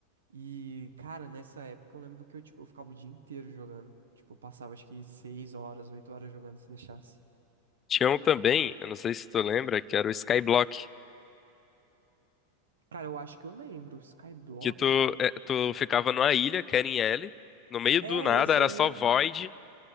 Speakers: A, on the right (about 85°); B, on the left (about 30°).
A: E, cara, nessa época eu lembro que eu, tipo, eu ficava o dia inteiro jogando. Tipo, eu passava acho que seis horas, oito horas jogando se deixasse.
B: Tinha um também, eu não sei se tu lembra, que era o Skyblock.
A: Cara, eu acho que eu lembro. Skyblock.
B: Que tu, é, tu ficava numa ilha, que L, no meio
A: É,
B: do nada,
A: esse
B: era
A: aí.
B: só Void.